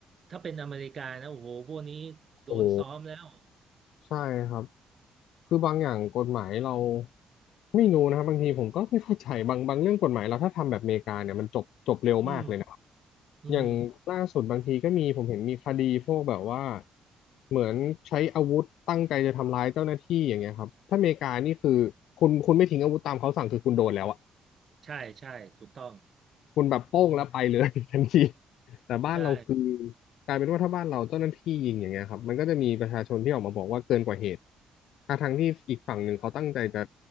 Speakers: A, on the right; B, on the left.
A: ถ้าเป็นอเมริกานะโอ้โหพวกนี้โดนซ้อมแล้ว
B: โอ้โหใช่ครับ คือบางอย่างกฎหมายเราไม่รู้นะครับบางทีผมก็ไม่เข้าใจบางบางเรื่องกฎหมายเราถ้าทำแบบอเมริกาเนี่ยมันจบจบเร็วมากเลยนะครับ
A: อืมอืม
B: อย่างล่าสุดบางทีก็มีผมเห็นมีคดีพวกแบบว่าเหมือนใช้อาวุธตั้งใจจะทำร้ายเจ้าหน้าที่อย่างเงี้ยครับถ้าอเมริกานี่คือคุณคุณไม่ทิ้งอาวุธตามเขาสั่งคือคุณโดนแล้วอะ
A: ใช่ใช่ถูกต้อง
B: คุณแบบโป้งแล้วไปเลย <laughs> ทันทีแต่บ้านเราคือ
A: ใช่
B: กลายเป็นว่าถ้าบ้านเราเจ้าหน้าที่ยิงอย่างเงี้ยครับมันก็จะมีประชาชนที่ออกมาบอกว่าเกินกว่าเหตุทั้งทั้งที่อีกฝั่งหนึ่งเขาตั้งใจจะ